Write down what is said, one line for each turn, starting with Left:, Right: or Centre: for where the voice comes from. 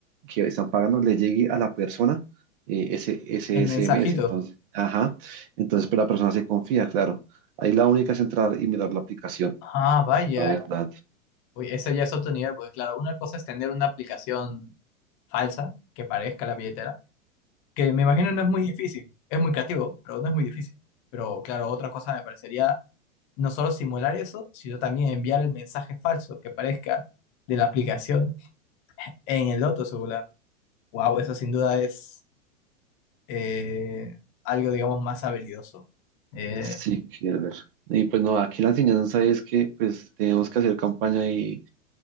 Right: que están pagando le llegue a la persona eh, ese, ese
Left: el
Right: SMS.
Left: mensajito.
Right: Entonces, ajá. Entonces, pero la persona se confía, claro. Ahí la única es entrar y mirar la aplicación,
Left: Ah, vaya.
Right: la verdad.
Left: Uy, ese ya es otro nivel, porque claro, una cosa es tener una aplicación falsa que parezca la billetera, que me imagino no es muy difícil, es muy creativo, pero no es muy difícil. Pero claro, otra cosa me parecería no solo simular eso, sino también enviar el mensaje falso que parezca de la aplicación en el otro celular. Wow, eso sin duda es eh, algo, digamos, más habilidoso. Eh,
Right: Sí, quiero ver. Y pues no, aquí la enseñanza es que pues tenemos que hacer campaña y